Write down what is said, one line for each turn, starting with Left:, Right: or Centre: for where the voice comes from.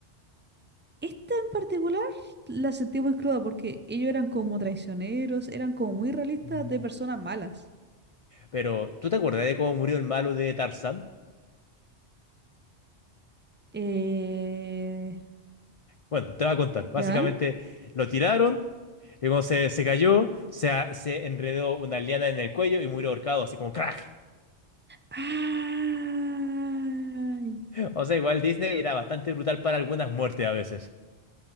Right: Esta en particular la sentí muy cruda porque ellos eran como traicioneros, eran como muy realistas
Left: Ujú.
Right: de personas malas.
Left: Pero, ¿tú te acuerdas de cómo murió el malo de Tarzán?
Right: Eh,
Left: Bueno, te voy a contar.
Right: ¿ya?
Left: Básicamente lo tiraron, y como se, se cayó, se, a- se enredó una liana en el cuello y murió ahorcado, así como crack. <laughs>
Right: Ay,
Left: O sea, igual Disney era bastante brutal para algunas muertes a veces,